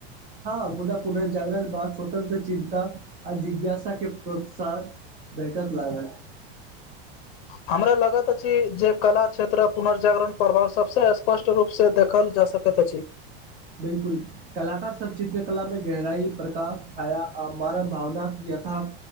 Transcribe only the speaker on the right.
हँ पुन पुनर्जागरण बात स्वतंत्र चिन्ता आ जिज्ञासा के प्रोत्साह भेटत लागल।
बिल्कूल कलाकार सभ चित्रकला मे गहराई प्रकाश छाया आ मानव भावना यथ